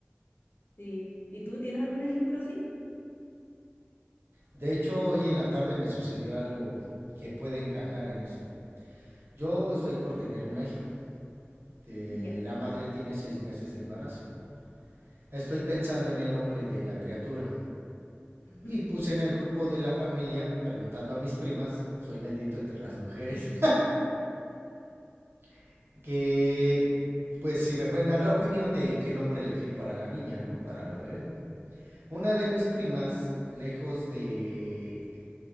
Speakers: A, on the left; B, on the right.
A: sí. ¿Y tú tienes algún ejemplo así?
B: De hecho, hoy en la tarde me sucedió algo que puede encajar en eso. Yo estoy por tener una hija. Eh,
A: Ya.
B: la madre tiene seis meses de embarazo. Estoy pensando en el nombre de la criatura.
A: <laughs>
B: Y puse en el grupo de la familia, preguntando a mis primas, soy bendito entre las mujeres, <laughs> que pues si me pueden dar la opinión de qué nombre elegir para la niña, ¿no? Para la bebé. Una de mis primas, lejos de,